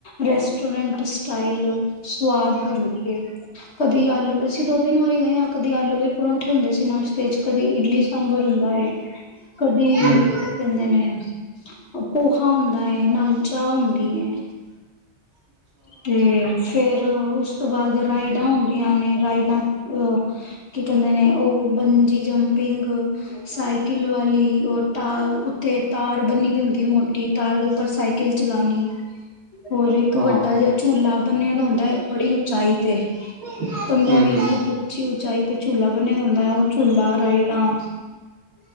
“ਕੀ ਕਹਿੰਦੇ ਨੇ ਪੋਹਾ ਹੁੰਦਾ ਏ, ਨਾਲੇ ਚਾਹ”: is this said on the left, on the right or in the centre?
Left